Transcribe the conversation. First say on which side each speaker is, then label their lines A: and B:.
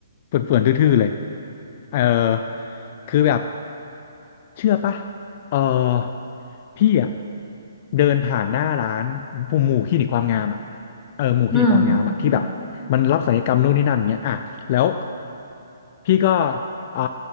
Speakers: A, on the left; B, in the centre.
A: เฟื่อนๆทื่อๆเลยเออคือแบบ เชื่อปะเออพี่อ่ะเดินผ่านหน้าร้านผมหมู่คลินิกความงามอ่ะเออหมู่คลินิกความงามอ่ะที่แบบมันรับศัลยกรรมนู่นนี่นั่นเงี้ยอ่ะแล้ว
B: อืม
A: พี่ก็อ่า